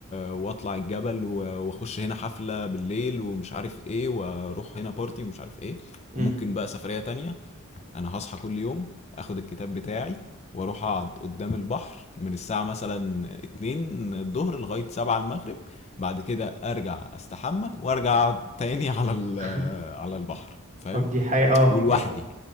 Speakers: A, on the left; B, on the right.
A: واطلع الجبل و... واخش هنا حفله بالليل ومش عارف ايه واروح هنا بارتي ومش عارف ايه
B: مم.
A: وممكن بقى سفريه تانية انا هصحى كل يوم اخد الكتاب بتاعي واروح اقعد قدام البحر من الساعه مثلا 2 الظهر لغايه 7 المغرب بعد كده ارجع استحمى وارجع اقعد تاني على ال...
B: <laughs>
A: على البحر فاهم
B: طب دي حقيقة اه
A: ولوحدي
B: يعني